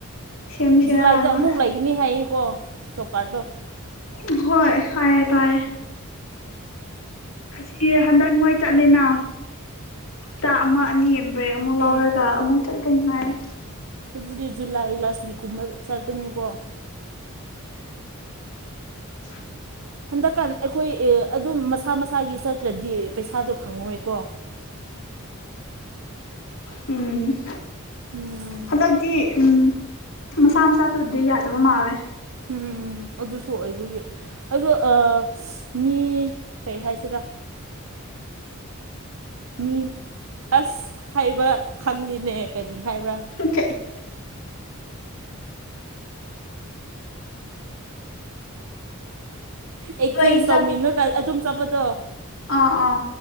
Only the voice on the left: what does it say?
ꯁꯦꯝꯁꯤꯔꯥꯅ
ꯎꯝ ꯍꯣꯏ ꯍꯥꯏꯌꯦ ꯇꯥꯏꯌꯦ ꯑꯁꯤ ꯍꯟꯗꯛ ꯃꯣꯏ ꯆꯠꯂꯤꯅ ꯍꯞꯇꯥ ꯑꯃ ꯑꯅꯤ ꯕ꯭ꯔꯦꯛ ꯑꯃꯨꯛ ꯂꯧꯔꯒ
ꯑꯃꯨꯛ ꯆꯠꯀꯅꯤ ꯍꯥꯏꯌꯦ
<inaudible>
ꯎꯝ
ꯍꯟꯗꯛꯇꯤ ꯎꯝ ꯃꯁꯥ ꯃꯁꯥꯁꯨꯗꯤ ꯌꯥꯗꯕ ꯃꯥꯜꯂꯦ
<unintelligible>
ꯂꯣꯏ ꯆꯠ
ꯑꯥ ꯑꯥ